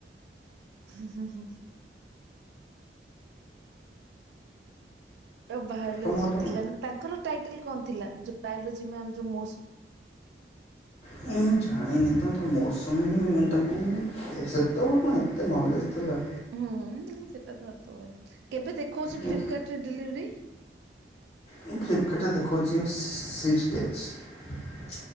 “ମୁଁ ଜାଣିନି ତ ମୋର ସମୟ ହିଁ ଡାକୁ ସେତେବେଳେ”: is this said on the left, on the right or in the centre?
Left